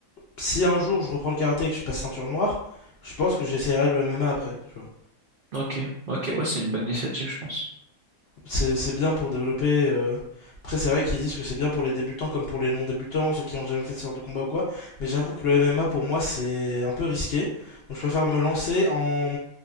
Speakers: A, on the left; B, on the right.
A: si un jour je reprends le karaté et que je passe ceinture noire, je pense que j'essaierai le MMA après, tu vois.
B: Ok, ok, ouais, c'est une bonne initiative, je pense.
A: c'est c'est bien pour développer. euh, Après, c'est vrai qu'ils disent que c'est bien pour les débutants comme pour les non-débutants, ceux qui ont jamais fait de sport de combat ou quoi. Mais j'avoue que le MMA pour moi c'est un peu risqué. Donc je préfère me lancer en,